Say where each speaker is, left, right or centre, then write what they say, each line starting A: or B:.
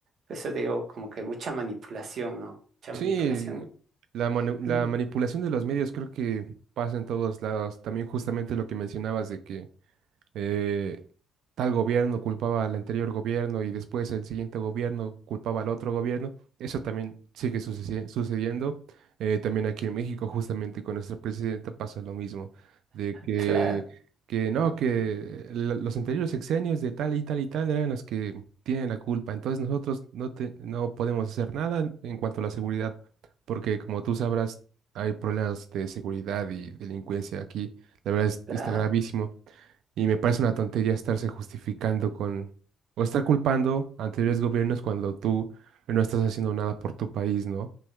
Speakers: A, on the right (about 60°); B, on the right (about 80°).
A: Por eso digo, como que mucha manipulación, ¿no? Mucha
B: Sí,
A: manipulación.
B: la, manu- la
A: Mm,
B: manipulación de los medios creo que pasa en todos lados. También justamente lo que mencionabas de que eh, tal gobierno culpaba al anterior gobierno y después el siguiente gobierno culpaba al otro gobierno. Eso también sigue sucedi- sucediendo. Eh, también aquí en México, justamente con nuestra presidenta, pasa lo mismo, de que,
A: claro,
B: que no, que la- los anteriores sexenios de tal y tal y tal eran los que tienen la culpa. Entonces nosotros no, te- no podemos hacer nada en cuanto a la seguridad, porque como tú sabrás, hay problemas de seguridad y delincuencia aquí. La verdad es-
A: claro.
B: está gravísimo. Y me parece una tontería estarse justificando con o estar culpando a anteriores gobiernos cuando tú no estás haciendo nada por tu país, ¿no?